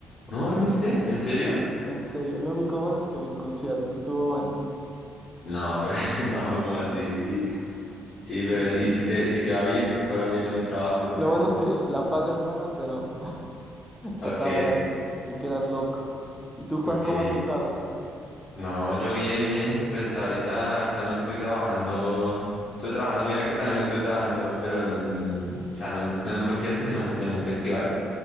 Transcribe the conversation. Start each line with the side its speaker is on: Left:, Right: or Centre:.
Left: ¿No dormiste?
Centre: Se-
Left: ¿En serio?
Centre: En serio, lo único bueno es que había el concierto, estuvo bueno.
Left: No, pero <laughs> no, ¿cómo así? Y
Centre: Sí.
Left: pero, y si te, y si te va bien, si te pagan bien en el trabajo por lo menos.
Centre: Lo bueno es que la paga es buena, pero...
Left: Ok,
Centre: te acaba la, te quedas loco. ¿Y tú, Juan,
Left: ok.
Centre: cómo has estado?
Left: No, yo bien, bien. Pues ahorita, ahorita no estoy trabajando. Estuve trabajando, mira que también <laughs> estuve trabajando, pero en un, o sea, no, en no en un concierto, sino en un festival.